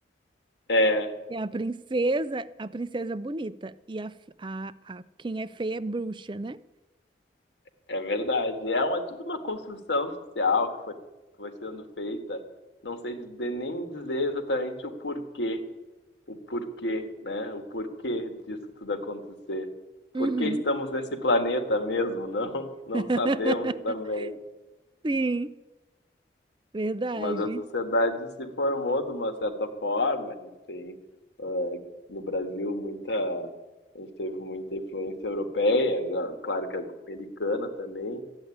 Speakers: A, on the left; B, on the right.
A: É,
B: E a princesa, a princesa é bonita. E a, a, a- quem é feia é bruxa, né?
A: é verdade. É, uma, é tudo uma construção social que foi, que foi sendo feita. Não sei de, nem dizer exatamente o porquê, o porquê, né? O porquê disso tudo acontecer. Por
B: Uhum.
A: que estamos nesse planeta mesmo? <laughs> Não, não
B: <laughs>
A: sabemos também.
B: Sim, verdade.
A: Mas a sociedade se formou de uma certa forma. A gente tem, ah, no Brasil, muita. A gente teve muita influência europeia, já- claro que americana também,